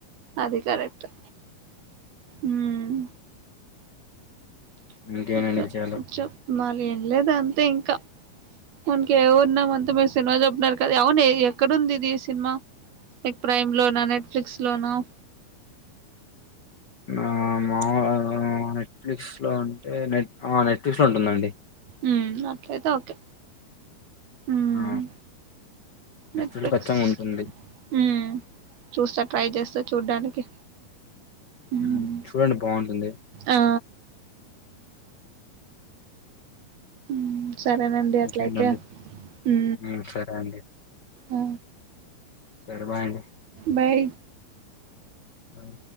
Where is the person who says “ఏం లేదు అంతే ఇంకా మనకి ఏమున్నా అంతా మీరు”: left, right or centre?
Right